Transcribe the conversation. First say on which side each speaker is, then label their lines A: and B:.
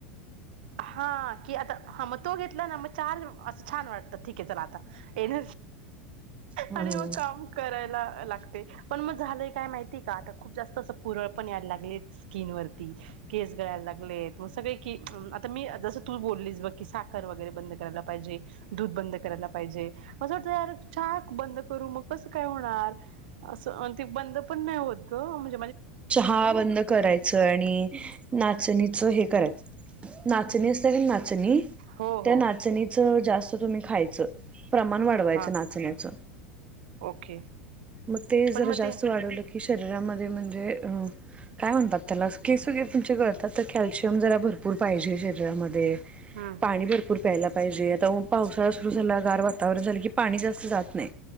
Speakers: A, on the right; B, on the right.
A: हा की आता हा मग तो घेतला ना मग चारज असं छान वाटतं ठीक आहे चला आता येन
B: हम्म
A: आणि मग काम करायच ला पण मग झालं काय माहिती का आता खूप जास्त अस पुरळ पण या लागले स्किन वरती केस गयला लागले स तर मी जसं तू बोललीस ब की साखर वगैरे बंद करायला पाहिजे दूध बंद करायला पाहिजे असं वाटत यार छाक बंद करू मग कसं काय होणार असं ते बंद पण नाही होत ग म्हण
B: चहा बंद करायचं आणि नाचणीचं हे करायचं नाचणी असत का नाचणी
A: हो हो
B: त्या नाचणीच जास्त तुम्ही खायच प्रमाण वाढवायचं
A: हां
B: नाचण्याच
A: ओके
B: मग ते जरा
A: पण मग
B: जास्त
A: ते
B: वाढवलं की शरीरामध्ये म्हणजे अं काय म्हणतात त्याला केस वगैरे तुमचे कळतात तर कॅल्शियम जरा भरपूर पाहिजे शरीरामध्ये
A: हा
B: पाणी भरपूर प्याला पाहिजे आता पावसाळा सुरू झाला गार वातावरण झालं की पाणी जास्त जात नाही